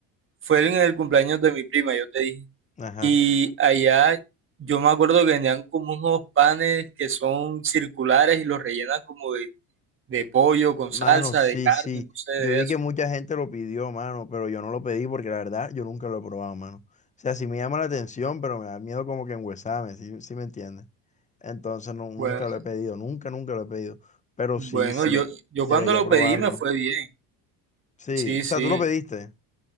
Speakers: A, on the right; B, on the left.
A: fue en el cumpleaños de mi prima, yo te dije.
B: ajá.
A: Y allá yo me acuerdo que tenían como unos panes que son circulares y los rellenan como de, de pollo con
B: Mano,
A: salsa,
B: sí,
A: de carne,
B: sí.
A: no sé de
B: Yo vi
A: eso.
B: que mucha gente lo pidió, mano, pero yo no lo pedí porque la verdad yo nunca lo he probado, mano. O sea, sí me llama la atención, pero me da miedo como que enguesarme, ¿sí, sí me entiendes? Entonces no, nunca
A: Bueno,
B: lo he pedido, nunca, nunca lo he pedido. Pero
A: bueno,
B: sí, sí,
A: yo, yo
B: debería
A: cuando lo
B: probarlo.
A: pedí me fue bien.
B: Sí,
A: Sí,
B: o
A: sí.
B: sea, tú lo pediste.